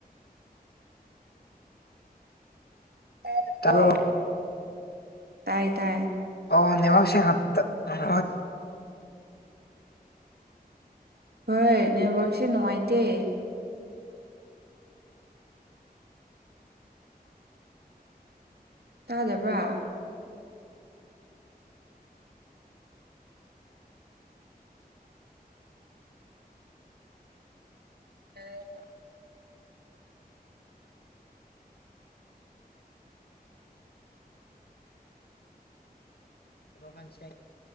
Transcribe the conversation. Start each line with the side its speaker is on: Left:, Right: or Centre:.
Right: ꯇꯥꯗꯕ꯭ꯔꯣ
Left: ꯇꯥꯕ꯭ꯔꯣ ꯇꯥꯕ꯭ꯣ
Right: ꯇꯥꯏ ꯇꯥꯏ
Left: ꯑꯣ ꯅꯦꯋꯥꯛ ꯁꯦꯡꯅ ꯇꯠ <unintelligible>
Right: ꯍꯣꯏ ꯅꯦꯠꯋꯥꯛꯁꯦ ꯅꯨꯡꯉꯥꯏꯇꯦ ꯇꯥꯗꯕ꯭ꯔꯥ <unintelligible>
Left: <unintelligible>